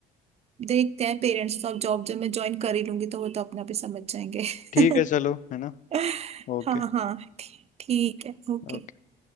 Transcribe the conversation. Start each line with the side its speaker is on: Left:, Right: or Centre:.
Right: देखते हैं पेरेंट्स तो अब जॉब जब मैं ज्वाइन कर ही लूंगी तो वो तो अपने आप ही समझ जाएंगे
Left: ठीक
Right: <laughs>
Left: है चलो है ना ओके
Right: हाँ हाँ ठी- ठीक है ओके
Left: ओके